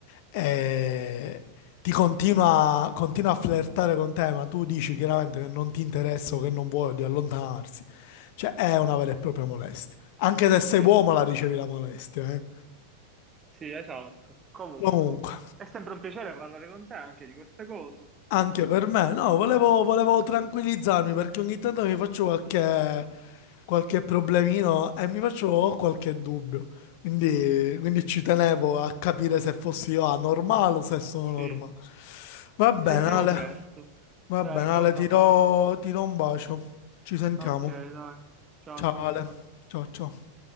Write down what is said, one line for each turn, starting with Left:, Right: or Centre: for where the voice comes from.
Left: eh, ti continua, continua a flirtare con te, ma tu dici chiaramente che non ti interessa o che non vuoi di allontanarsi. Cioè, è una vera e propria molestia. Anche se sei
Right: Sì.
Left: uomo la ricevi la molestia, eh.
Right: Sì, esatto. Comunque,
Left: Comunque.
Right: è sempre un piacere parlare con te anche di queste cose.
Left: Anche per me, no, volevo, volevo tranquillizzarmi perché ogni tanto mi faccio qualche, qualche problemino e mi faccio qualche dubbio. Quindi, quindi ci tenevo a capire se fossi io anormale o se sono
Right: Sì,
Left: normale. Va bene,
Right: ci sentiamo
Left: Ale,
Right: presto.
Left: va
Right: Dai,
Left: bene,
Right: che
Left: Ale,
Right: ho da
Left: ti do,
Right: fare?
Left: ti do un bacio. Ci sentiamo.
Right: Ok, dai. Ciao,
Left: Ciao,
Right: ciao,
Left: Ale.
Right: ciao.
Left: Ciao, ciao.